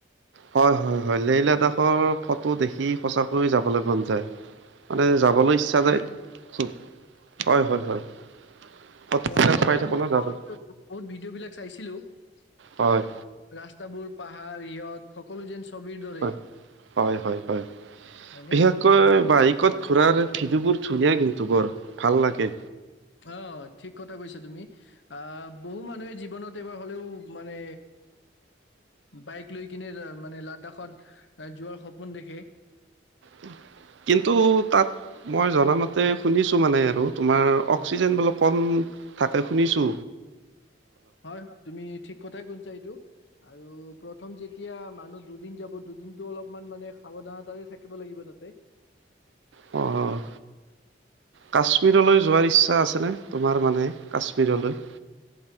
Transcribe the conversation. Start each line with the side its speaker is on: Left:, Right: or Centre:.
Right: হয় হয় হয় লে লাডখৰ ফটো দেখি সচাকৈয যাবলৈ মন যায় মানে যাবলৈ ইচ্ছা
Left: হয়নে
Right: যায় খুব হয় হয় হয়। ফটোবিলাক
Left: ময়ো মানে
Right: পাই
Left: ইউটিউবত
Right: থাকো ন যাবলে
Left: বহুত ভিডিঅ' বিলাক চাইছিলো। ৰাস্তাবোৰ
Right: হয়
Left: পাহাৰ ইয়ত সকলো যেন ছবিৰ দৰেই
Right: হয় হয় হয় হয়
Left: হয়নে
Right: বিশেষকৈ বাৰিকত খুৰাৰ ভিদিওবোৰ ধুনিয়া কিন্তু বৰ ভাল লাগে।
Left: অ ঠিক কথা কৈছা তুমি আহ বহু মানুহে জীৱনত এইবাৰ হ'লেও মানে বাইক লৈ কিনে মানে লাডাখত যোৱাৰ সপোন দেখে।
Right: উম। কিন্তু তাত মই জনামতে শুনিছো মানে আৰু তোমাৰ অক্সিজেন বোলো কম। তাকে শুনিছো।
Left: হয়, হয় তুমি ঠিক কথাই শুনিছা সেইটো। আৰু প্ৰথম যেতিয়া মানুহ দুদিন যাব দুদিনতটো অলপমান মানে সাৱধানতাৰে থাকিব লাগিব। বিবলতে।
Right: অ' কাশ্মীৰলৈ যোৱাৰ ইচ্ছা আছেনে তোমাৰ মানে কাশ্মীৰলৈ?